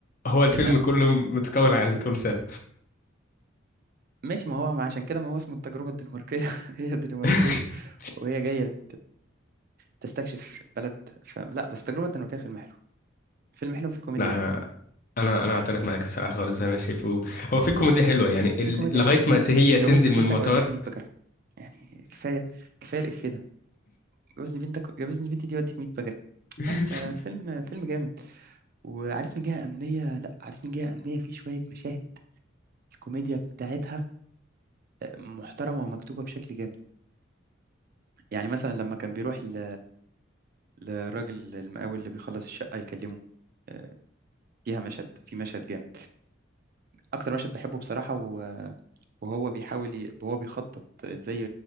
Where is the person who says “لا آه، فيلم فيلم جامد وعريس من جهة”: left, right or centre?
Right